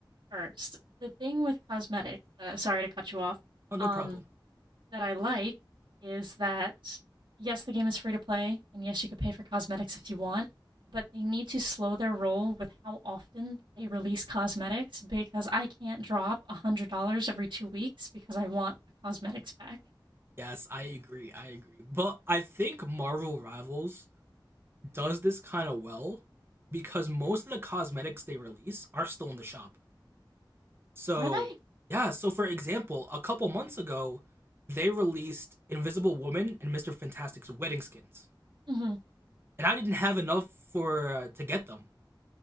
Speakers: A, on the right (about 75°); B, on the right (about 30°).
A: first. The thing with cosmetics, uh, sorry to cut you off,
B: no
A: um,
B: problem.
A: that I like is that yes, the game is free to play, and yes, you could pay for cosmetics if you want, but they need to slow their roll with how often they release cosmetics because I can't drop $100 every two weeks because I want a cosmetics pack.
B: Yes, I agree, I agree. But I think Marvel Rivals does this kind of well because most of the cosmetics they release are still in the shop. So,
A: Are they?
B: yeah, so for example, a couple months ago, they released Invisible Woman and Mr. Fantastic's wedding skins.
A: Mm-hmm.
B: And I didn't have enough for uh, to get them.